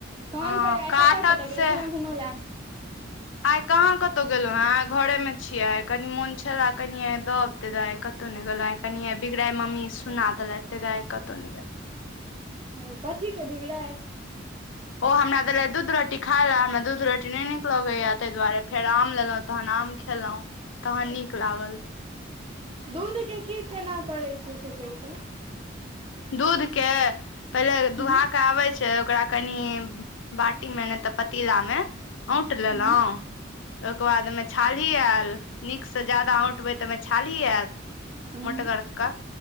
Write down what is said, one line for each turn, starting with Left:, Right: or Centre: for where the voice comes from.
Right: तहन
Left: हँ
Right: कहियौ आ
Left: काटत
Right: कतय कतय गेल
Left: से
Right: छलौ घूमैय लए
Left: आइ कहाँ कतहु गेलहुँ हेँ आइ घरेमे छियै आइ कनि मोन छलए कनि आइ दब तै दुवारे आइ कतहु कतौ नहि गेलो आय बिगड़ाय मम्मी सुना देलैत तै दुवे कतौ नहि गेलौ
Right: ओ कथी के बिगड़ाय
Left: ओ हमरा देलै दूध रोटी खाय लए हमरा दूध रोटी नहि नीक लगैया ताहि दुआरे फेर आम लेलहुँ तहन आम खेलहुॅं तहन नीक लागल
Right: दूधके की केना करैत छैिय से कहू तऽ
Left: दूध के पहिले दुहा
Right: हूँ
Left: के आबे छै ओकरा कनि बाटी मे ने तऽ पतीला मे औंट लेलहु
Right: हूँ
Left: ओहिके बाद ओमे छाल आयल नीकसँ ज्यादा औंटबै तऽ ओहिमे छाली आयल
Right: हूँ
Left: मोटगर क